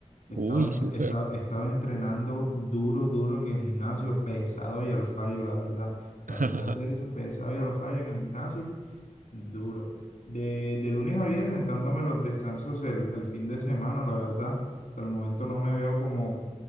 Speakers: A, on the left; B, on the right.
A: Estaba,
B: Uy,
A: entre-
B: súper.
A: esta- estaba entrenando duro, duro en el gimnasio, pesado y al fallo, la verdad. A
B: <laughs>
A: pesar de eso, pesado y al fallo en el gimnasio. Duro. De, de lunes a viernes, dándome los descansos el, el fin de semana, la verdad. Al momento no me veo como,